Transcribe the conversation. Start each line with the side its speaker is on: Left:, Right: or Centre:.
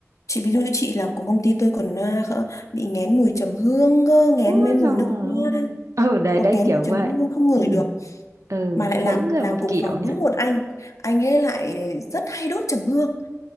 Left: chị ví dụ như chị làm cùng công ty tôi còn à, khờ- bị nghén mùi trầm hương cơ nghén
Right: ôi
Left: mấy mùi
Right: rồi
Left: nước hoa
Right: ừ đấy
Left: hoặc
Right: đấy
Left: nghén
Right: kiểu
Left: mùi trầm
Right: vậy
Left: hương không ngửi
Right: ừ
Left: được
Right: ừ
Left: mà lại làm
Right: mỗi người
Left: làm
Right: một
Left: cùng
Right: kiểu
Left: phòng
Right: nha
Left: đúng một anh anh ấy lại rất hay đốt trầm hương